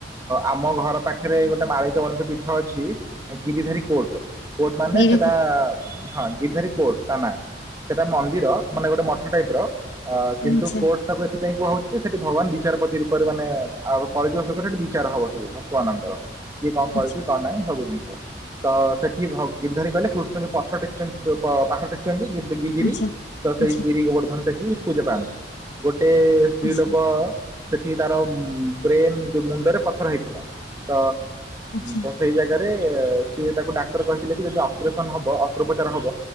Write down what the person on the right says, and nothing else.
ଆମ ଘର ପାଖରେ ଗୋଟେ ମାଳିକବନ୍ତୀ ପୀଠ ଅଛି ଗିରିଧାରୀ କୋର୍ଟ କୋର୍ଟ ମାନେ
ସେଟା ହଁ ଗିରିଧାରୀ କୋର୍ଟ ତା ନା ସେଟା ମନ୍ଦିର ମାନେ ଗୋଟେ ମଠ ଟାଇପ ର ଅ କିନ୍ତୁ
କୋର୍ଟ ତାକୁ ଏ କୁହା ହଉଛି ସେଠି ଭଗବାନ ବିଚାରପତି ରୂପରେ ମାନେ ଆଉ କଳି ଯୁଗ ଶେଷରେ ସେଠି ବିଚାର ହବ ସବୁ ଭକ୍ତ ମାନଙ୍କର କିଏ କଣ କରୁଛି
ତ କଣ ନାହିଁ ସବୁ ଜିନିଷ ତ ଗର୍ଧାରୀ କଲେ କୃଷ୍ଣ ଯୋଉ ପଥର ଟେକିଛନ୍ତି ପାହାଡ଼ ଟେକି ଗିଗିରି
ତ ସେଇ
ଗିରି ଗୋବର୍ଦ୍ଧନ ଟେକି ସେଠି ପୂଜା ପାଆନ୍ତି ଏ ସ୍ତ୍ରୀ
ଲୋକ। ସେଠି ତାର ବ୍ରେନ ଯୋଉ ମୁଣ୍ଡରେ ପଥର ହେଇଥିଲା ତ
ତ ସେଇ ଜାଗାରେ। ସେ ସିଏ ତାକୁ ଡାକ୍ତର କହିଥିଲେ କି ଯଦି ଅପରେସନ ହବ ଅସ୍ତ୍ରୋପଚାର ହବ